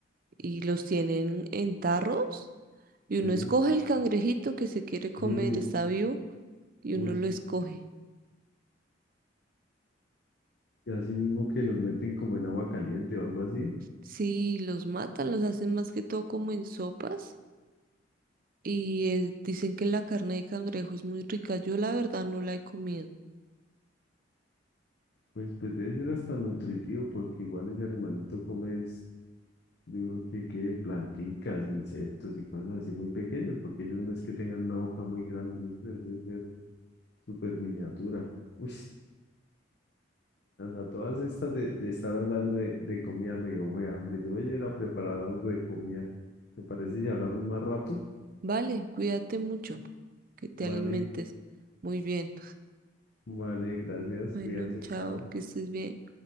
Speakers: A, on the right; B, on the left.
A: y los tienen en tarros Y uno
B: Sí.
A: escoge el cangrejito que se quiere comer,
B: Sí, o-
A: está vivo, y
B: uy,
A: uno lo escoge.
B: y así mismo que los meten como en agua caliente o algo así,
A: Sí, los matan, los hacen más que todo como en sopas. Y eh, dicen que la carne de cangrejo es muy rica. Yo la verdad no la he comido.
B: pues, pues debe ser hasta nutritivo porque igual ese animalito come Yo creo que, que planticas, insectos y cosas así muy pequeñas, porque ellos no es que tengan una boca muy grande, yo creo que debe ser súper miniatura. Uy, a todas estas de, de estar hablando de, de comida me dio fue hambre. Yo voy a ir a preparar algo de comida. ¿Te parece si hablamos más rato?
A: Vale, cuídate mucho, que te
B: Vale,
A: alimentes muy bien.
B: vale, gracias,
A: Bueno,
B: cuídate,
A: chao,
B: chao.
A: que estés bien.